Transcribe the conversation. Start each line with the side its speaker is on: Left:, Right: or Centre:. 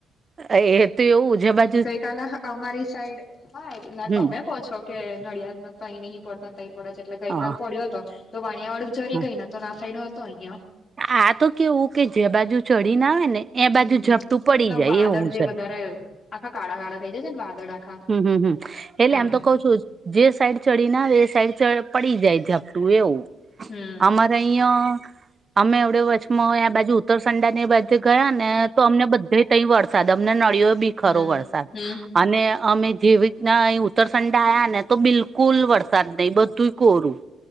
Right: એ તો એવું જે બાજ
Left: ગઈ કલે અમારી સાઈડ હા એ તમે
Right: હમ
Left: કહો છો? કે નડિયાદમાં તો અહીં નહીં પડતો તઇ પડે એટલે ગઈકાલ
Right: હા
Left: પડ્યો હતો તો વાણિયા વાળું જરી
Right: હા.
Left: કઈ નથી. તો ના સાઈડ હતો અહ્યા.
Right: આ તો કેવું કે જે બાજુ ચડીને આવે ને એ બાજુ
Left: હમ્મ
Right: ઝપટું પડી
Left: એલ
Right: જાય
Left: વાદળ
Right: એવું
Left: જે
Right: છે
Left: વધારે આખા કાળા કાળા થઈ જાય છે ને વાદળ આખા.
Right: હમ્મ હમ્મ એટલે
Left: એમ
Right: આમ તો કઉ છું જ. જે સાઈડ ચડી ના આવે એ સાઈડ પડી જાય ઝપટું એવું.
Left: હમ્મ.
Right: અહી અમે એવડે વચમાં બાજુ ઉત્તરસંડા ને બાજુ ગયા ને તો અમને બધે તઈ વરસાદ અમને નળીયો બી ખરો
Left: હમ
Right: વરસાદ
Left: હમ
Right: અને અમે જેવી ના ઉત્તરસંડા આયા ને તો બિલકુલ વરસાદ નહી બધુંય કોરું.